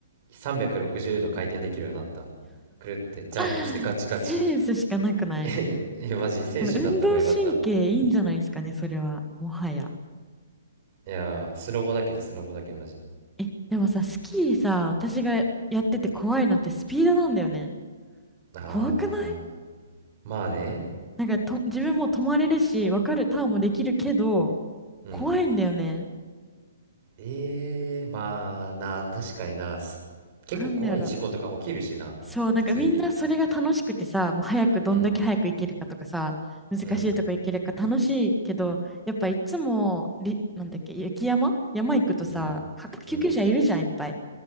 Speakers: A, on the right; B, in the centre.
A: ー、360度回転できるようになった。くるってジャンプしてガチガチ。
B: <laughs> センスしかなくない。
A: え、えマジ、選手になった方がよかった。
B: でも運動神経いいんじゃないですかね、それは。もはや。
A: いやー、スノボだけ、スノボだけマジ。
B: え、でもさ、スキーさ、私がやってて怖いのってスピードなんだよね。
A: ああ、
B: 怖くない
A: まあね。
B: なんかと、自分も止まれるし、わかるターンもできるけど、
A: うん。
B: 怖いんだよね。
A: ええーまあな、確かにな、す結構怖い事故とか起きるしな、
B: なんだやろ。そう、なんかみんなそれが楽しくてさ、
A: 普通に。
B: もう早くどんだけ早く行けるかとかさ、
A: うん、
B: 難しいとこ行けるか楽しいけど、
A: うん、
B: やっぱいつも、り、なんだっけ、雪山山行くとさ、
A: うん、
B: は救急車いるじゃん、
A: うん。
B: いっぱい。